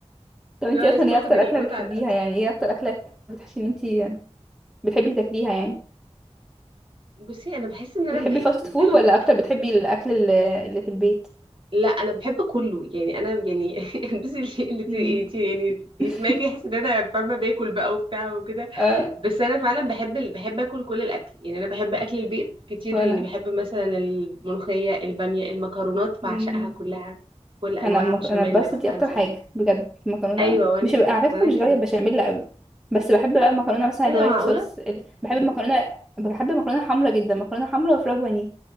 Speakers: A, in the centre; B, on the right (about 50°).
A: طب انتي
B: اللي هو لازم
A: اصلا ايه
B: اخد
A: اكتر
B: المتعة
A: اكله بتحبيها
B: لأقصى
A: يعني
B: حاجة
A: ايه اكتر اكله بتحسي ان انتي بتحبي تاكليها يعني
B: بصي انا بحس ان انا
A: بتحبي
B: ب-
A: فاست
B: بحب
A: فود ولا اكتر بتحبي الاكل اللي اللي في البيت
B: لا انا بحب كله يعني انا يعني <laughs> بصي اللي اللي
A: امم
B: ت- يعني اللي يسمعني
A: <laughs>
B: كده يحس ان انا فاهمه باكل بقى وبتاع وكده
A: اه
B: بس انا فعلا بحب ال- بحب اكل كل الاكل يعني انا بحب اكل البيت كتير
A: وانا
B: يعني بحب مثلا الملوخيه الباميه المكرونات بعشقها
A: امم
B: كلها كل انواع
A: انا مك...
B: بشاميل
A: انا بس
B: بقى
A: دي اكتر
B: صلصه
A: حاجه بجد المكرونه
B: ايوه وانا
A: مش
B: ك...
A: على
B: وانا
A: فكره مش
B: كمان
A: غاويه بشاميل قوي بس بحب بقى المكرونه مثلا
B: ايه
A: الوايت
B: ده معقوله
A: صوص ال... بحب المكرونه بحب المكرونه حمرا جدا مكرونه حمرا وفراخ بانيه